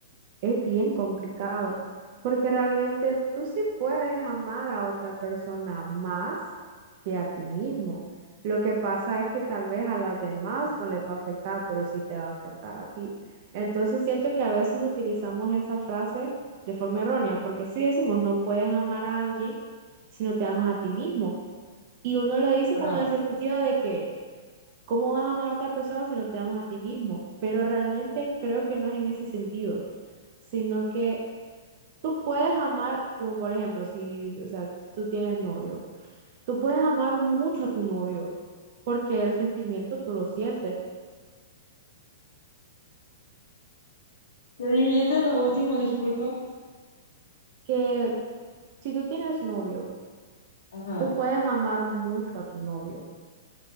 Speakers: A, on the right; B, on the left.
A: es bien complicado, porque realmente tú sí puedes amar a otra persona más que a ti mismo. Lo que pasa es que tal vez a los demás no les va a afectar, pero sí te va a afectar a ti. Entonces siento que a veces utilizamos esa frase de forma errónea, porque sí decimos no puedes amar a alguien si no te amas a ti mismo. Y uno lo dice
B: Ajá.
A: como en el sentido de que ¿Cómo vas a amar a otra persona si no te amas a ti mismo? Pero realmente creo que no es en ese sentido, sino que tú puedes amar, como por ejemplo, si, o sea, tú tienes novio, tú puedes amar mucho a tu novio, porque el sentimiento tú lo sientes,
B: ¿Te dijiste lo último? Disculpa.
A: que si tú tienes novio,
B: Ajá.
A: tú puedes amar mucho a tu novio